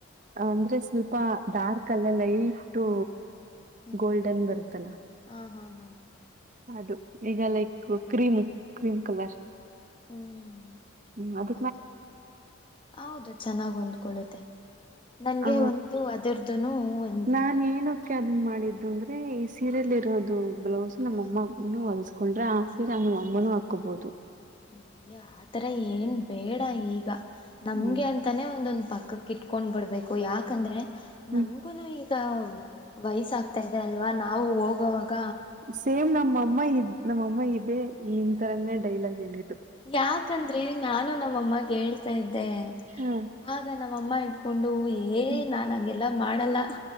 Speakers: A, on the right; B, on the left.
A: ಅಂದ್ರೆ ಸ್ವಲ್ಪ ಡಾರ್ಕ್ ಅಲ್ಲ ಲೈಟು.
B: ಹ
A: ಗೋಲ್ಡನ್ ಬರುತ್ತಲ್ಲ.
B: ಹಾ ಹಾ ಹಾ.
A: ಅದು ಈಗ ಲೈಕ್
B: ಗೊತ್ತಾಯ್ತು
A: ಕ್ರೀಮ್
B: ಹ್ಮ್
A: ಕ್ರೀಮ್ ಕಲರ್.
B: ಹ್ಮ್
A: ಹ್ಮ್ ಅದ.
B: ಹೌದು ಹೌದು ಚೆನ್ನಾಗಿ ಹೊಂದ್ಕೊಳ್ಳುತ್ತೆ ನನ್ಗೆ
A: ಹ
B: ಒಂತ ಅದ. <unintelligible>
A: ನಾನ್ ಏನಕ್ಕೆೆ ಅದನ್ ಮಾಡಿದ್ದು ಅಂದ್ರೆ ಈ ಸೀರೆೆಯಲ್ಲಿ ಇರೋದು ಬ್ಲೌಸ್ ನಮ್ಮಮ್ಮ.
B: ಹ
A: ಇನ್ನು ಹೊಲಸಕೊಂಡ್ರೆ ಆ ಸೀರೆ ಅನ್ನು ಅಮ್ಮನು ಹಾಕೋಬಹುದು.
B: ಈಗ ಆತರ ಏನ್ ಬೇಡ ಈಗ ನಮ್ಗೆ
A: ಹ್ಮ್
B: ಅಂತಾನೆ ಒಂದೊಂದ ಪಕ್ಕಕ್ಕ ಇಟ್. ಕೊಂಡ್ ಬಿಡ್ಬೇಕು ಯಾಕಂದ್ರೆ
A: ಹ್ಮ್
B: ನಮ. ಮಗುನು ಈಗ ವಯಸ ಆಗ್ತಾ ಇದೆ ಅಲ್ವಾ ನಾವು ಹೋಗವಾಗ.
A: ಸೇಮ್ ನಮ್ಮ ಅಮ್ಮ ಇದ್ ನಮ್ಮ ಅಮ್ಮ ಇದೆ ನಿಮ್ ತರನೇ ಡೈಲಾಗ್ ಹೇಳು.
B: ಯಾಕಂದ್ರೆ ನಾನು ನಮ್ಮಮ್ಮಗೆ ಹೇಳ್ತಾ ಇದ್ದೆ..
A: ಹ್ಮ.
B: ಆಗ ನಮ್ಮಮ್ಮ ಇಟ್ಕೊಂಡು ಏ
A: ಹ್ಮ್
B: ನಾನ್ ಹಂಗೆಲ್ಲಾ ಮಾಡಲ್ಲ.